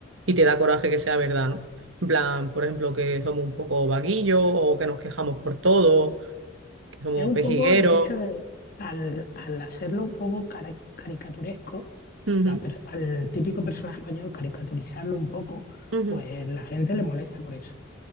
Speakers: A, on the right (about 75°); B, on the left (about 45°).
A: y te da coraje que sea verdad, ¿no? En plan, por ejemplo, que somos un poco vaguillos o que nos quejamos por todo, que somos
B: Es un
A: pejigueros.
B: poco el hecho de, al, al hacerlo un poco cara- caricaturesco,
A: Ujú,
B: a la per- al típico personaje español, caricaturizarlo un poco,
A: ujú.
B: pues la gente le molesta por eso.